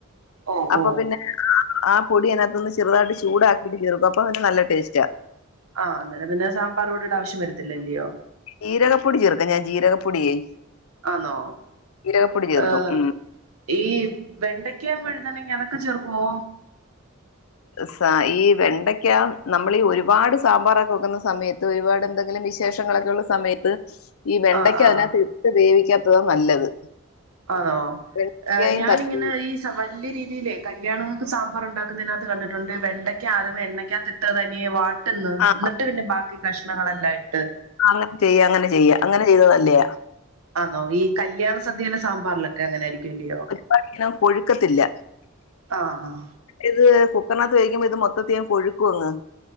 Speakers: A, on the right; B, on the left.
A: ഓ
B: അപ്പം
A: ഓ
B: പിന്നെ ആ പൊടി അതിനാത്തൊന്ന് ചെറുതായിട്ട് ചൂടാക്കിട്ട് ചേർക്കും അപ്പൊ അതിന് നല്ല ടേസ്റ്റാ
A: ആഹ് അന്നേരം പിന്നെ സാമ്പാർ പൊടീടെ ആവശ്യം വരത്തില്ല അല്ല്യോ
B: ജീരകപ്പൊടി ചേർക്കും ഞാൻ ജീരകപ്പൊടിയേ
A: ആന്നോ
B: ജീരകപ്പൊടി ചേർക്കും
A: ഏഹ്
B: ഉം
A: ഈ വെണ്ടയ്ക്ക വഴുതനെങ്ങ അതൊക്കെ ചേർക്കുവോ
B: സ ഈ വെണ്ടയ്ക്ക നമ്മളീ ഒരുപാട് സാമ്പാറൊക്കെ വെക്കുന്ന സമയത്ത് ഒരുപാട് എന്തെങ്കിലും ലിമിറ്റേഷങ്ങളൊക്കെ ഉള്ള സമയത്ത് ഈ വെണ്ടയ്ക്ക
A: ആഹ് ആഹ്
B: അതിനത്തിട്ട് വേവിക്കാത്തതാ നല്ലത്
A: ആന്നോ
B: വെണ്ടയ്ക്കായും
A: ആഹ് ഞാനിങ്ങനെ
B: തക്ക
A: ഈ വല്യ രീതിയിലെ കല്യാണങ്ങൾക്ക് സാമ്പാറുണ്ടാ ക്കുന്നേനാത്ത് കണ്ടിട്ടുണ്ട് വെണ്ടയ്ക്ക ആദ്യം എണ്ണക്ക്യാത്തിട്ടേ തനിയേ വാ ട്ടുന്ന്
B: ആ
A: എന്നിട്ട് പിന്നെ ബാക്കി കഷ്ണങ്ങളെല്ലാം ഇട്ട്
B: അങ്ങനെ ചെയ്യ അങ്ങനെ ചെയ്യ അങ്ങനെ ചെയ്താ നല്ലെയാ
A: ആന്നോ ഈ കല്യാണ സദ്യയിലെ സാമ്പാറിലൊക്കെ അങ്ങനെ ആയിരിക്കും അല്ലിയോ
B: അപ്പം അധികം കൊഴുക്കത്തില്ല
A: ആഹ് ആഹ്
B: ഇത് കുക്കറിനകത്ത് വേവി ക്കുമ്പോ ഇത് മൊത്തത്തി അങ്ങ് കൊഴുക്കു അങ്